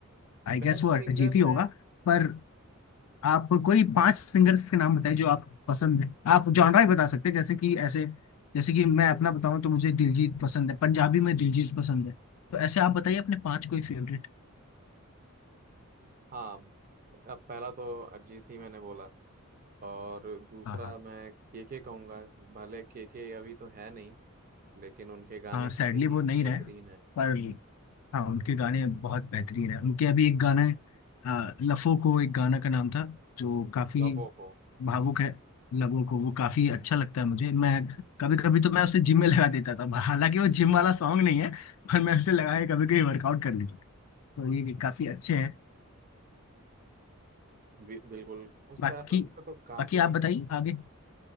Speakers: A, on the left; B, on the right.
A: आई गेस
B: बेस्ट
A: वो
B: सिंगर
A: अरिजीत
B: में
A: ही होगा पर आप कोई पांच सिंगर्स के नाम बताइए जो आप पसंद है आप जॉनरा ही बता सकते हैं जैसे कि ऐसे जैसे कि मैं अपना बताऊं तो मुझे दिलजीत पसंद है पंजाबी में दिलजीत पसंद है तो ऐसे आप बताइए अपने पांच कोई फेवरेट
B: हाँ अब पहला तो अरिजीत ही मैंने बोला और दूसरा
A: हाँ
B: मैं केके कहूंगा भले केके अभी तो है नहीं लेकिन उनके गाने
A: हाँ सैडली
B: काफी
A: वो नहीं
B: बेहतरीन
A: रहे
B: है
A: पर हाँ उनके गाने बहुत बेहतरीन है उनके अभी एक गाना है आ, लफो को एक गाना का नाम था जो काफी
B: लबों को
A: भावुक है लबों को वो काफी अच्छा लगता है मुझे मैं कभी कभी तो मैं उसे जिम में लगा देता था हालांकि वो जिम वाला सॉन्ग नहीं है पर मैं उसे लगा के कभी कभी वर्कआउट कर लेता था। तो ये काफी अच्छे हैं
B: बि, बिल्कुल उसका
A: बाकी
B: उसका तो काफी
A: बाकी आप बताइए आगे